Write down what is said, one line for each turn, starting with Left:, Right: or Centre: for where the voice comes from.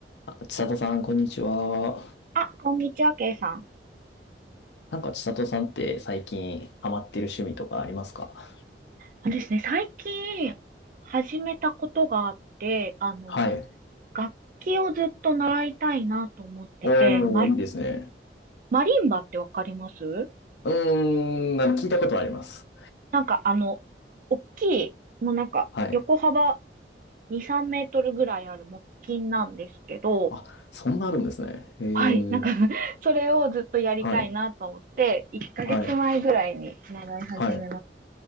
Left: あ、千里さん、こんにちは。
Right: あ、こんにちは、ケイさん。
Left: なんか千里さんって最近ハマってる趣味とかありますか
Right: あのですね、最近始めたことがあって、あの、
Left: はい。
Right: 楽器をずっと習いたいなと思ってて、
Left: おー、
Right: マ、
Left: いいですね。
Right: マリンバってわかります
Left: うーん、なんか聞いたことあります。
Right: なんかあの、大きい、もうなんか横幅
Left: はい。
Right: 2、3メートルぐらいある木琴なんですけど、
Left: あ、そんなあるんですね。へ
Right: はい、なんか
Left: え。
Right: <laughs> それをずっとやりたいなと思って、
Left: はい。
Right: 1ヶ月前ぐらいに習い始めま
Left: はい。はい。